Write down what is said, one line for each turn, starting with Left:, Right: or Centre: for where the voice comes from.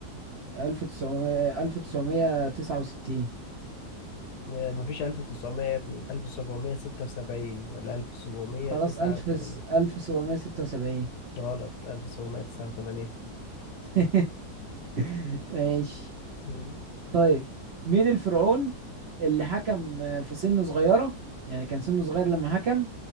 Right: ألف تسعمية ألف تسعمية تسعة وستين
Left: يعني مفيش 1900 يا ابني 1776 ولا 1789
Right: خلاص ألف ألف سبعمية ستة وسبعين
Left: غلط 1789
Right: <laughs> ماشي
Left: مم.
Right: طيب مين الفرعون اللي حكم في سن صغيرة يعني كان سنه صغير لما حكم